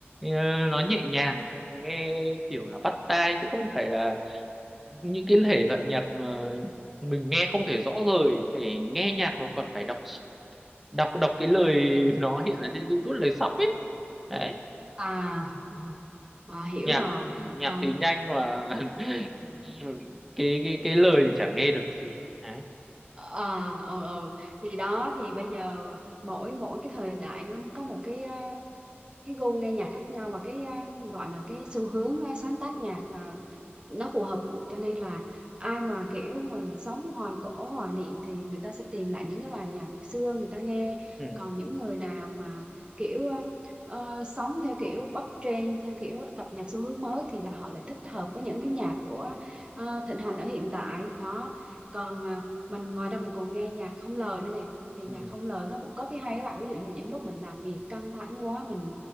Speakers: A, in the centre; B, on the right (about 25°).
A: Ờ, nó nhẹ nhàng nghe kiểu là bắt tai chứ không phải là những cái thể loại nhạc mà mình nghe không thể rõ rời phải nghe nhạc mà còn phải đọc đọc đọc cái lời <laughs> nó hiện ở trên YouTube lời sub ấy đấy
B: à, à hiểu
A: nhạc
B: rồi
A: nhạc
B: còn
A: thì nhanh mà <laughs> cái cái cái lời thì chả nghe được gì đấy
B: ờ ờ ờ thì đó thì bây giờ mỗi mỗi cái thời đại nó có một cái cái gu nghe nhạc khác nhau và cái à, gọi là cái xu hướng à, sáng tác nhạc à, nó phù hợp cho nên là ai mà kiểu mình sống hoài cổ hoài niệm thì người ta sẽ tìm lại những cái bài nhạc xưa người ta nghe
A: ừ
B: còn những người nào mà kiểu ờ, sống theo kiểu bắt trend theo kiểu cập nhật xu hướng mới thì là họ lại thích hợp với những cái nhạc của ờ, thịnh hành ở hiện tại đó còn à, mình ngoài ra mình còn nghe nhạc không lời nữa nè thì
A: ừ
B: nhạc không lời nó cũng có cái hay đó bạn ví dụ như những lúc mình làm việc căng thẳng quá mình